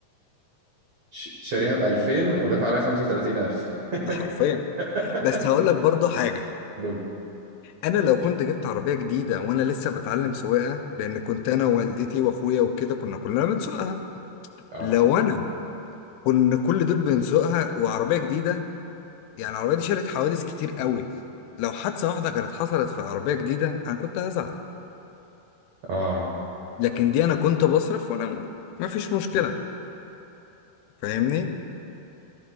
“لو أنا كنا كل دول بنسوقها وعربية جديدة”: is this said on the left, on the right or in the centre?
Left